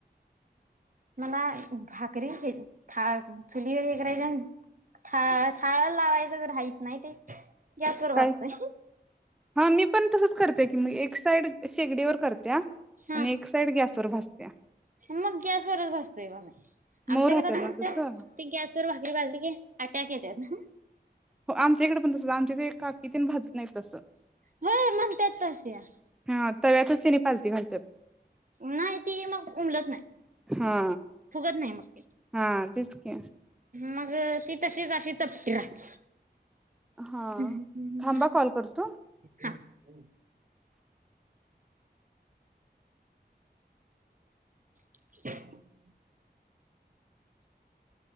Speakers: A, on the right (about 50°); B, in the centre.
A: मला भाकरी हे था चुलीवर हे करायच्या थाळ थाळ लावाय च राहित नाही ते, गॅसवर
B: काय,
A: भाजतंय
B: हा मी पण तसच करतोय. की मग एक एक साईड शेगडी वर करत्या,
A: हा
B: आणि एक साईड गॅस वर भाज त्या.
A: मग गॅसवरच भासतोय बा मी,
B: मऊ
A: आमच्याकडे
B: राहत्यात
A: ना म्हणतात
B: तसं
A: ती गॅसवर भाकरी भाजली की आट्याक येतात.
B: हो आमच्या इकडे पण तसंच, आमच्या इथ काकी तेन भाजत नाही तसं.
A: होय म्हणतात तशा
B: हा तव्यातच तेनी पालती घालत्यात.
A: नाही ती मग उमलत नाही.
B: हा
A: फुगत नाही मग ते
B: हा तेच की
A: मग ती तसेच अशी चपट राहती.
B: हा
A: ह्
B: थांबा कॉल करतो
A: ह् <inaudible> <inaudible>